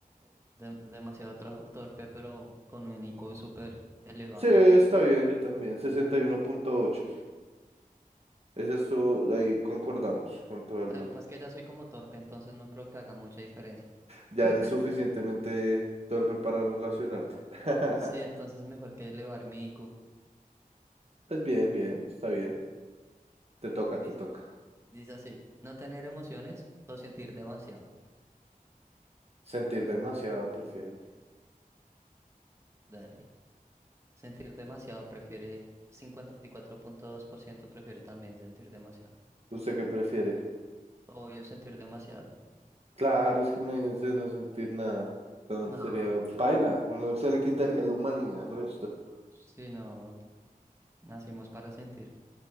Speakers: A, on the right; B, on the right.
A: Dem- demasiado tro- torpe, pero con un IQ súper elevado.
B: Sí, está bien, yo también, 61.8. Esa todo ahí concordamos con todo el
A: Además
B: mundo.
A: que ya soy como torpe, entonces no creo que haga mucha diferencia.
B: Ya
A: <laughs>
B: eres suficientemente torpe para relacionarte. <laughs>
A: Sí, entonces mejor que elevar mi IQ.
B: Pues bien, bien, está bien. Te toca,
A: Dice,
B: te toca.
A: dice así, no tener emociones o sentir demasiado.
B: Sentir demasiado prefiero.
A: Dale. Sentir demasiado prefiere cincuenta y cuatro punto dos por ciento prefiere también sentir demasiado.
B: ¿Usted qué prefiere?
A: Obvio sentir demasiado.
B: Claro, es que imagínense no sentir nada. Don-
A: No,
B: Sería paila. Uno se le quitaría la humanidad al resto.
A: si no, nacimos para sentir.